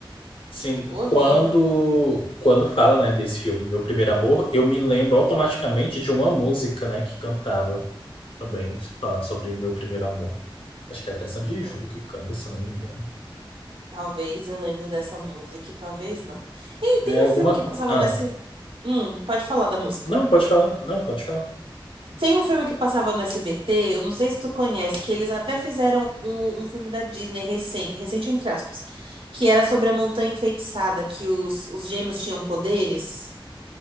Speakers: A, on the left (about 80°); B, on the right (about 80°).
A: Sim,
B: Horrível.
A: quando quando fala, né, desse filme, Meu Primeiro Amor, eu me lembro automaticamente de uma música, né, que cantava. também falando sobre meu primeiro amor. Acho que é até Sandy e
B: Hum,
A: Júlio que canta, se eu não me engano.
B: Talvez eu lembre dessa música, e talvez não. Ei, tem
A: É alguma.
B: um filme que
A: co-
B: passava
A: Ah,
B: nesse. Hum, pode falar da música.
A: não, pode falar. Não, pode falar.
B: Tem um filme que passava no SBT, eu não sei se tu conhece, que eles até fizeram um, um filme da Disney recente, recente entre aspas, que era sobre a Montanha Enfeitiçada, que os, os gêmeos tinham poderes,